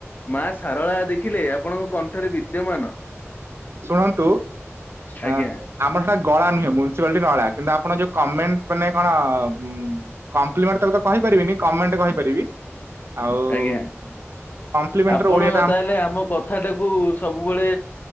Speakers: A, on the left; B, on the right.
A: ମା ସାରଳା ଦେଖିଲେ ଆପଣଙ୍କ କଣ୍ଠରେ ବିଦ୍ୟମାନ।
B: ଶୁଣନ୍ତୁ
A: ଆଜ୍ଞା
B: ଆ ଆମର ସେଟା ଗଳା ନୁହେଁ। ମୁନ୍ସିପାଲିଟି ନଳା। କିନ୍ତୁ ଆପଣ ଯୋଉ କମେଣ୍ଟ୍ ମାନେ କଣ ଉ କମ୍ପ୍ଲିମେଣ୍ଟ ତାକୁ କହିପାରିବିନି। କମେଣ୍ଟ୍ କହିପାରିବି। ଆଉ
A: ଆଜ୍ଞା
B: କମ୍ପ୍ଲିମେଣ୍ଟର
A: ଆପଣ
B: ଓଡିଆଟା
A: ତାହେଲେ ଆମ କଥା ଟାକୁ ସବୁବେଳେ